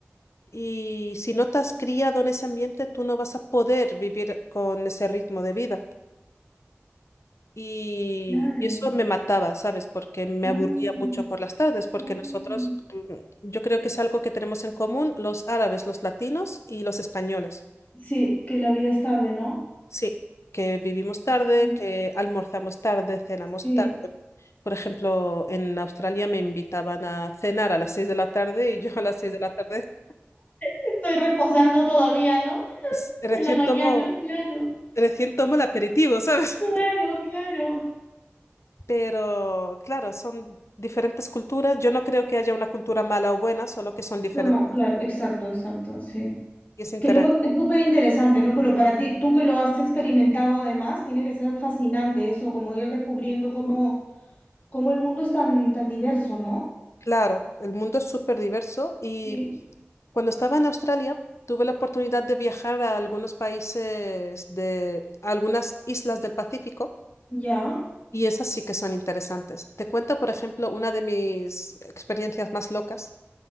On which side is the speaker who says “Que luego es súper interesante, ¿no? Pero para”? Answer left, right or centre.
Left